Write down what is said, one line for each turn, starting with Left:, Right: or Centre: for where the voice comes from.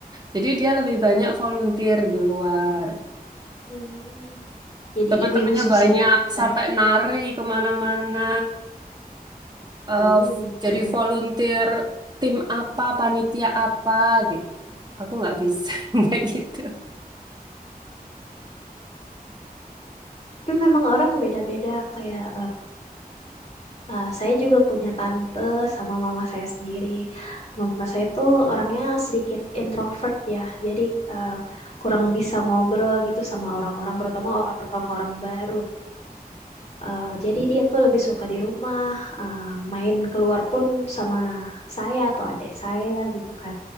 Right: jadi dia lebih banyak volunteer di luar.
Left: Hmm, jadi
Right: Teman-temannya
Left: ibu-ibu sosialita.
Right: banyak, sampai nari kemana-mana, Eh,
Left: Uh,
Right: f- jadi
Left: keren.
Right: volunteer tim apa, panitia apa gitu. Aku nggak bisa <laughs> kayak gitu.
Left: Tapi memang orang beda-beda kayak Eh, saya juga punya tante sama mama saya sendiri. Mama saya tuh orangnya sedikit introvert ya, jadi eh, kurang bisa ngobrol gitu sama orang-orang, terutama orang-orang baru. Eh, jadi dia tuh lebih suka di rumah, eh, main keluar pun sama saya atau adik saya gitu kan.